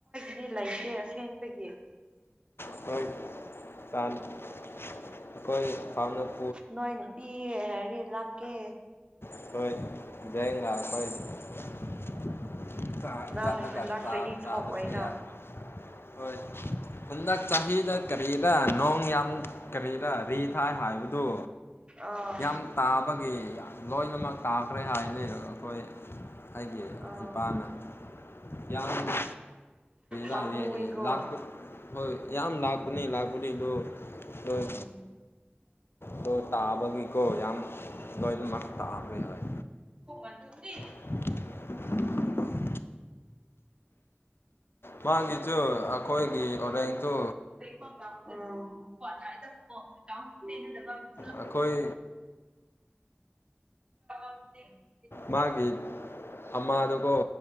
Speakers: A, on the right; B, on the left.
A: ꯗꯤ ꯂꯩꯇꯦ ꯑꯁꯦꯡꯕꯒꯤ
B: <unintelligible> ꯑꯩꯈꯣꯏ ꯐꯥꯎꯅꯕ
A: ꯅꯣꯏꯅ ꯄꯤꯌꯦ ꯍꯥꯏꯔꯦ ꯂꯥꯛꯀꯦ
B: <unintelligible>
A: ꯅꯪ
B: ꯆꯠꯀ
A: ꯍꯟꯗꯛ
B: ꯆꯥ
A: ꯆꯍꯤ
B: ꯆꯥ
A: ꯊꯣꯛꯑꯣꯏꯅ
B: ꯄꯨ ꯌꯥ ꯍꯣꯏ ꯍꯟꯗꯛ ꯆꯍꯤꯗ ꯀꯔꯤꯗ ꯅꯣꯡ ꯌꯥꯝ ꯀꯔꯤꯗ ꯔꯤ ꯊꯥꯏ ꯍꯥꯏꯕꯗꯨ
A: ꯑꯥ
B: ꯌꯥꯝ ꯇꯥꯕꯒꯤ ꯂꯣꯏꯅꯃꯛ ꯇꯥꯈ꯭ꯔꯦ ꯍꯥꯏꯅꯤ ꯑꯩꯈꯣꯏ ꯑꯩꯒꯤ
A: ꯑꯥ
B: ꯏꯄꯥꯅ ꯌꯥꯝꯅ
A: ꯄꯥꯝꯃꯨꯏꯀꯣ
B: ꯗ ꯂꯥꯛꯄꯠ ꯍꯣꯏ ꯌꯥꯝ ꯂꯥꯛꯄꯅꯤ ꯂꯥꯛꯄꯅꯤ ꯑꯗꯨ ꯍꯣꯏ
A: ꯎꯝ
B: ꯇꯣ ꯇꯥꯕꯒꯤꯀꯣ ꯌꯥꯝ ꯂꯣꯏꯃꯛꯁ ꯇꯥꯕꯅꯦ ꯍꯣꯏ
A: ꯈꯣꯃꯥꯟ ꯊꯅꯤ
B: <unintelligible> ꯃꯥꯒꯤꯁꯨ ꯑꯩꯈꯣꯏꯒꯤ ꯑꯣꯔꯦꯡꯇꯨ
A: <unintelligible>
B: ꯑꯩꯈꯣꯏ
A: <unintelligible>
B: ꯃꯥꯒꯤ ꯊꯃꯥꯗꯨꯀꯣ